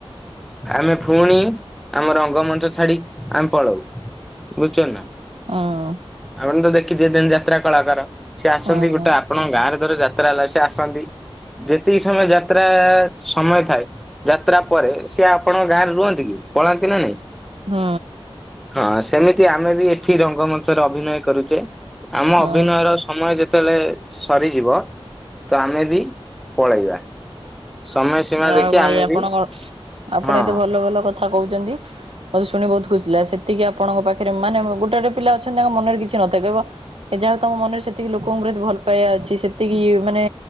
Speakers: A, in the centre; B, on the right.
A: ଆମେ ପୁଣି ଆମ ରଙ୍ଗମଞ୍ଚ ଛାଡ଼ି ଆମେ ପଳଉ ବୁଝୁଛନ୍ତୀ ନା।
B: ହଁ।
A: ଆପଣ ତ ଦେଖିଥିବେ ଯେମିତି ଯାତ୍ରା କଳାକାର ସିଏ ଆସନ୍ତି
B: ହଁ
A: ଗୋଟେ ଆପଣଙ୍କ ଗାଁରେ ଧର ଯାତ୍ରା ହେଲା ସେ ଆସନ୍ତି ଯେତିକି ସମୟ ଯାତ୍ରା ସମୟ ଥାଏ ଯାତ୍ରା ପରେ ସିଏ ଆପଣଙ୍କ ଗାଁ ରେ ରୁହନ୍ତି କି ପଳାନ୍ତି ନା ନାଇଁ।
B: ହୁଁ।
A: ହଁ ସେମିତି ଆମେ ବି ଏଠି ରଙ୍ଗମଞ୍ଚରେ ଅଭିନୟ କରୁଛେ ଆମ
B: ହଁ
A: ଅଭିନୟର ସମୟ ଯେତେବେଲେ ସରିଯିବ ତ ଆମେ ବି ପଳେଇବା ସମୟ ସୀମା ଦେଖି
B: ଆଉ ଭାଇ
A: ଆମେ
B: ଆପଣ
A: ବି
B: ଆପଣ
A: ହଁ
B: ଏତେ ଭଲ ଭଲ କ କଥା କହୁଚନ୍ତି ମତେ ଶୁଣି ବହୁତ ଖୁସି ଲାଗେ ସେତିକି ଆପଣଙ୍କ ପାଖରେ ମାନେ ଗୋଟେ ଗୋଟେ ପିଲା ଅଛନ୍ତି ତାଙ୍କ ମନରେ କିଛି ନଥାଏ କେବ ସେ ଯାହା ହଉ ତମ ମନରେ ସେତିକି ଲୋକଙ୍କ ପ୍ରତି ଭଲ ପାଇବା ଅଛି ସେତିକି ଇଏ ମାନେ